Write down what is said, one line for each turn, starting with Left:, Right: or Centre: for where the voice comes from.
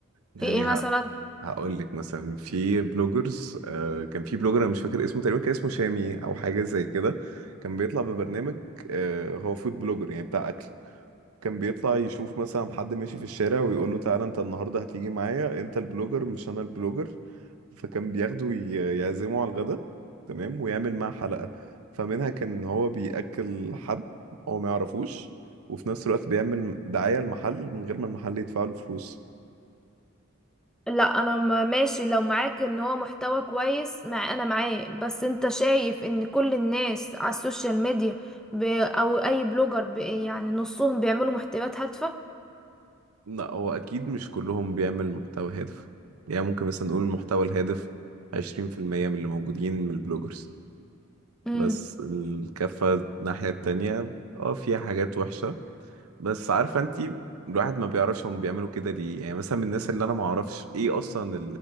Right: يعني
Centre: في ايه مثلا
Right: ه... هقول لك مثلا في بلوجرز آه كان في بلوجر انا مش فاكر اسمه تقريبا كان اسمه شامي او حاجة زي كده كان بيطلع ببرنامج آه هو فود بلوجر يعني بتاع اكل كان بيطلع يشوف مثلا حد ماشي في الشارع ويقول له تعالى انت النهارده هتيجي معايا انت البلوجر مش انا البلوجر فكان بياخده وي- يعزمه على الغدا تمام ويعمل معاه حلقة فمنها كان هو بيأكل حد هو ما يعرفوش وفي نفس الوقت بيعمل دعاية المحل من غير ما المحل يدفع له فلوس
Centre: لا انا م- ماشي لو معاك ان هو محتوى كويس مع انا معاه بس انت شايف ان كل الناس على السوشيال ميديا ب... او اي بلوجر ب... يعني نصهم بيعملوا محتويات هادفة
Right: لا هو اكيد مش كلهم بيعمل محتوى هادف يعني ممكن مثلا نقول المحتوى الهادف 20% من اللي موجودين من البلوجرز
Centre: امم
Right: بس الكفة الناحية التانية اه فيها حاجات وحشة بس عارفه انت الواحد ما بيعرفش هم بيعملوا كده ليه يعني مثلا من الناس اللي انا ما اعرفش ايه اصلا